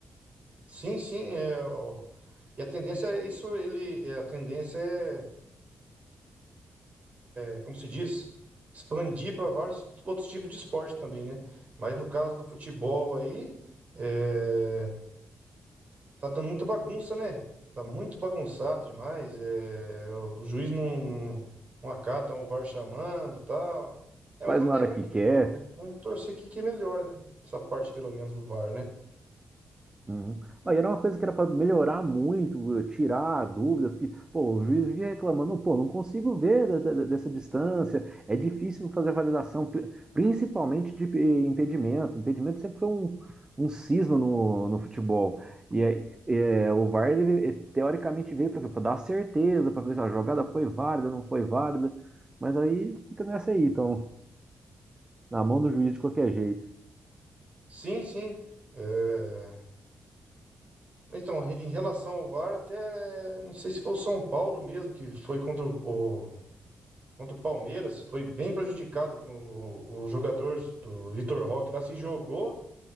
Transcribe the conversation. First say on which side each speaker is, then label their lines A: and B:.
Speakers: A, on the right; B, on the right.
A: Sim, sim, é, ó, e a tendência é isso, ele, é, a tendência é é, como se diz, expandir para vários outros tipos de esporte também, né? Mas no caso do futebol aí, é, tá dando muita bagunça, né? Tá muito bagunçado demais. é, o juiz não, não acata o VAR chamando e tal. É, mas
B: Faz
A: vamos
B: na hora
A: ver, vai
B: que
A: que
B: quer,
A: melhora, né? Vamos torcer que, que melhore, né? Essa parte, pelo menos, do VAR, né?
B: Uhum. Aí era uma coisa que era para melhorar muito, eh, tirar dúvidas, porque, pô, o juiz vivia reclamando, pô, não consigo ver da- da- dessa distância, é difícil fazer a validação, pri- principalmente de eh, impedimento. Impedimento sempre foi um, um cisma no, no futebol. E aí, eh, o VAR, ele, eh, teoricamente, veio para dar certeza, para ver se a jogada foi válida, não foi válida, mas aí fica nessa aí, então, na mão do juiz de qualquer jeito.
A: Sim, sim. é, Então, em relação ao VAR, até não sei se foi o São Paulo mesmo que foi contra o, contra o Palmeiras, foi bem prejudicado com o, o jogador do Vitor Roque lá se jogou.